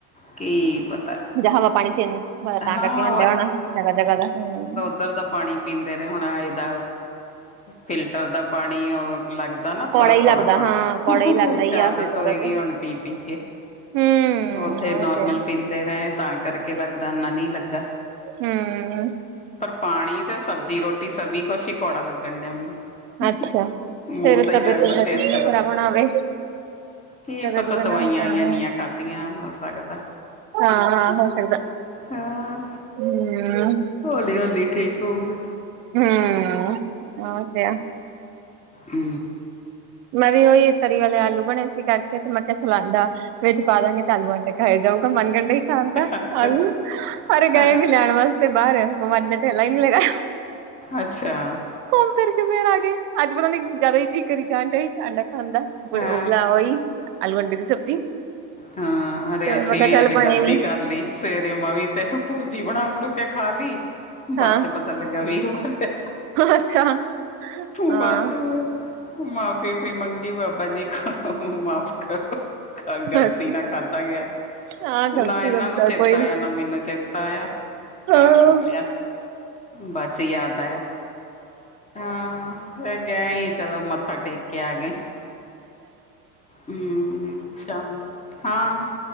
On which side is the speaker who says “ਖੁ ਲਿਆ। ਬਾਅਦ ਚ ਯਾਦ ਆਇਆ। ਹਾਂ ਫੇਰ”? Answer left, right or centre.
Left